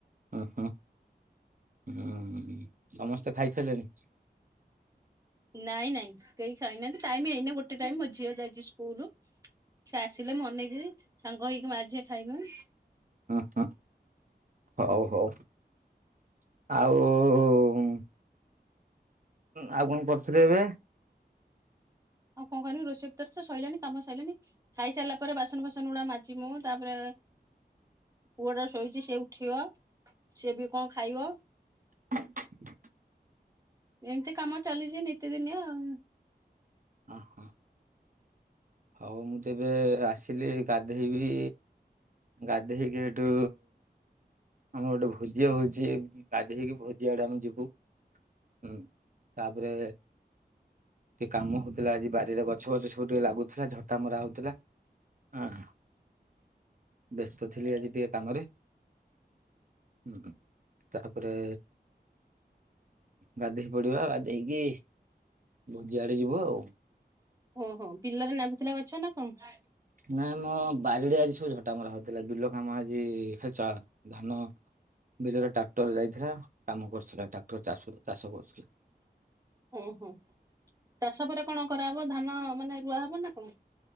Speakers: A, on the right; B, on the right.
A: ହଁ ହଁ ହଁ। ସମସ୍ତେ ଖାଇସାରିଲେଣି?
B: ନାଇଁ ନାଇଁ କେହି ଖାଇନାହାନ୍ତି ଟାଇମ ହେଇନି ଗୋଟେ ଟାଇମ ମୋ ଝିଅ ଯାଇଛି ସ୍କୁଲୁ। ସେ ଆସିଲେ ମୁ ଅନେଇଥିବି ସାଙ୍ଗ ହେଇକି ମା ଝିଅ ଖାଇମୁ।
A: ହଁ ହଁ। ହଉ ହଉ। ଆଉ ଆଉ କଣ କରୁଥିଲେ ଏବେ?
B: ଆଉ କଣ କରିମି ରଷେଇ କରିଚି ସରିଲାଣି କାମ ସରିଲାଣି। ଖାଇ ସାରିଲା ପରେ ବାସନ ଫାସନ ଗୁଡା ମଜିବି ମୁ। ତାପରେ ପୁଅଟା ଶୋଇଛି ସେ ଉଠିବ। ସିଏ ବି କଣ ଖାଇବ?
A: <unintelligible>
B: ଏମିତି କାମ ଚାଲିଛି ନିତିଦିନିଆ ଆଉ।
A: ଓହୋ। ହଉ ମୁଁତ ଏବେ ଆସିଲି ଗାଧେଇବି। ଗାଧେଇକି ଏଠୁ ଆମର ଗୋଟେ ଭୋଜି ହଉଛି। ଗାଧେଇକି ଭୋଜି ଆଡେ ଆମେ ଯିବୁ। ହୁଁ ତାପରେ ଟିକେ କାମ ହଉଥିଲା ଆଜି ବାରିରେ ଗଛ ବଛ ସବୁ ଟିକେ ଲାଗୁଥିଲା ଝଟା ମରା ହଉଥିଲା। ଅହ ବ୍ୟସ୍ତ ଥିଲି ଆଜି ଟିକେ କାମରେ। ହୁଁ ତାପରେ ଗାଧେଇ ପଡିବା। ଗାଧେଇକି ଭୋଜିଆଡେ ଯିବୁ ଆଉ।
B: ଓହୋ ବିଲରେ ନାଗୁଥିଲା ଗଛ ନା କଣ?
A: ନାଇଁ ମୋ ବାରିରେ ଆଜି ସବୁ ଝଟାମରା ହଉଥିଲା। ବିଲ କାମ ଆଜି <unintelligible> ଧାନ। ବିଲରେ ଟ୍ରାକ୍ଟର ଯାଇଥିଲା କାମ କରୁଥିଲା ଟ୍ରାକ୍ଟର ଚାଷ ଚାଷ କରୁଥିଲା।
B: ହୁଁ ହୁଁ ଚାଷ ପରେ କଣ କରାହବ? ଧାନ ମାନେ ରୁଆ ହବ ନା କଣ?